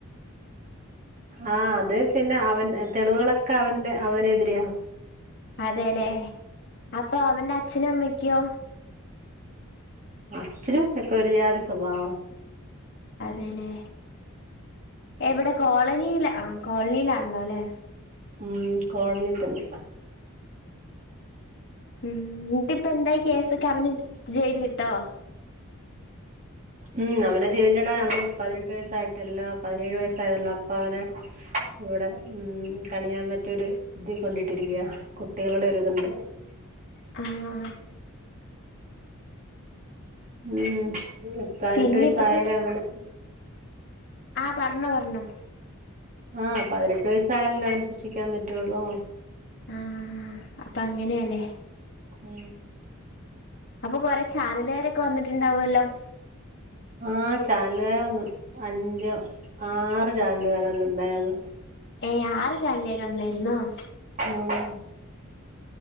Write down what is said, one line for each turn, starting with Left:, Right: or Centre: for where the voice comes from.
Right: ആ അത് പിന്നെ അവൻ തെളിവുകളൊക്കെ അവന്റെ അവനെതിരെ
Left: അതലെ അപ്പൊ അവന്റെ അച്ഛനും അമ്മക്ക് ക്കോ
Right: അച്ഛനും അമ്മയും ഒക്കെ ഒരു ജാതി സ്വഭാവ
Left: അതെല്ലേ എവ്ടെ കോളനീലാ ആ കോളനീലാ ഉള്ളൊല്ലേ
Right: മ് കോളനീതന്നെ
Left: ഉം എന്നിട്ട്പ്പ എന്തായ് കേസൊക്കെ അവന് ജയലില്ട്ടോ
Right: ഉം അവനെ ജയിലിടാൻ അവന് പതിനെട്ട് വയസ്സായിട്ടില്ല പതിനേഴ് വയസ്സായത്ള്ളു അ പ്പവനെ ഇവിടെ ഉം കണിയാമ്പ്റ്റോര് ദീ കൊണ്ടിട്ടിരിക്കയാ കുട്ടികള്ടെ ഒരിത്ണ്ട്
Left: ആ ആ
Right: മ് പതിനെട്ട്
Left: പിന്നെ
Right: വയസായാലേ
Left: ഇപ്പത്തെ
Right: അവന്
Left: ആ പറഞ്ഞോ പറഞ്ഞോ
Right: ആ പതിനെട്ട് വയസ്സായാലല്ലോ അവനെ ശിക്ഷിക്കാൻ പറ്റുള്ളൂ
Left: ആ അപ്പ അങ്ങനെയാല്ലേ
Right: മ്
Left: അപ്പൊ കൊറെ ചാനല്കാരൊക്കെ വന്നിട്ട്ണ്ടാവു ല്ലോ
Right: ആ ചാനലുകാര് വന്നു അഞ്ചോ ആറ് ചാനലുകാര് വന്നട്ട്ണ്ടായിര്ന്നു
Left: ഏ ആറ് ചനലേര് വന്നാര്ന്നോ <inaudible>
Right: ഉം